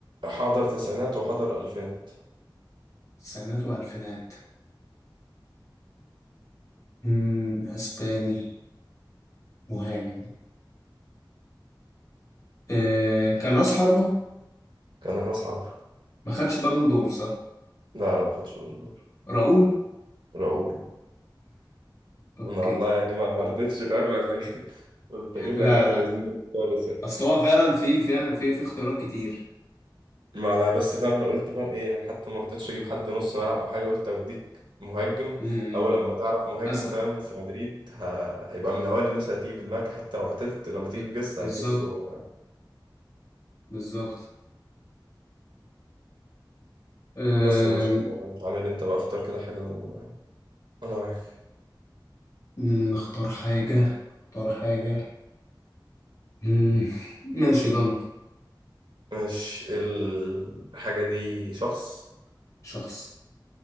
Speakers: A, on the right (about 75°); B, on the left (about 40°).
A: حضر تسعينات وحضر الفينات
B: تسعينات وألفينات امم أسباني مهاجم آه، كان رأس حربة
A: كان راس حرب
B: ما خدش بالون دور صح
A: لا لا ما خدش بالون دور
B: راؤول
A: راؤول
B: اوكي
A: انا والله يعني ما ما رضيتش فاهم انا جاي- قلت اجيب
B: لا
A: لك حافل
B: لا
A: لذيذ خالص يعني.
B: اصل هو فعلا في في في في اختيارات كتير
A: ما انا بس فاهم انا قلت فاهم ايه يعني حتى ما رضيتش اجيب حد نص ملعب او حاجه قلت اوديك مهاجم
B: امم
A: اول لما تعرف مهاجم
B: اسهل
A: فاهم في مدريد ه... هيبقى من اوائل الناس اللي هتيجي في دماغك حتى لو عتلت لما تيجي
B: ب-
A: تجس
B: بالظبط
A: هتجسه
B: بالظبط أم،
A: بس يا باشا انت عامل انت بقى اختار كده حاجه وانا معاك
B: أم، اختار حاجة اختار حاجة أم، ماشي ضن
A: مش الحاجه دي شخص
B: شخص